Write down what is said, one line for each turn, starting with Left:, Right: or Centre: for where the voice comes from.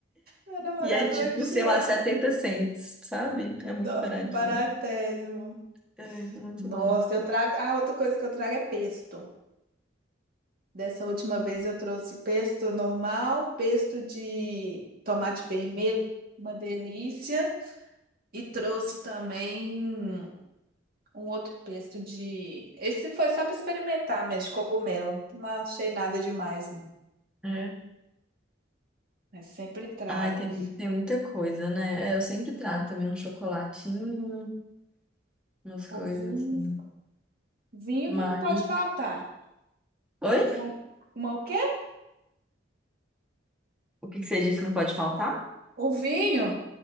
Right: Meu namorado
Centre: E é tipo,
Right: vai me xingar.
Centre: sei lá, 70 cents, sabe? É muito
Right: Ó,
Centre: baratinho.
Right: Baratésimo.
Centre: É, muito
Right: Nossa,
Centre: bom.
Right: eu trago. Ah, outra coisa que eu trago é pesto. Dessa última vez eu trouxe pesto normal, pesto de tomate vermelho, uma delícia, e trouxe também um outro pesto de. Esse foi só para experimentar mesmo, de cogumelo. Não achei nada demais, não.
Centre: É.
Right: Mas sempre trago.
Centre: Ai, tem, tem muita coisa, né? É, Eu sempre trago também um chocolatinho, umas
Right: O
Centre: coisas
Right: vinho.
Centre: assim.
Right: Vinho
Centre: Mas.
Right: que não pode faltar.
Centre: Oi?
Right: Uma, uma o quê?
Centre: O que que você disse que não pode faltar?
Right: O vinho.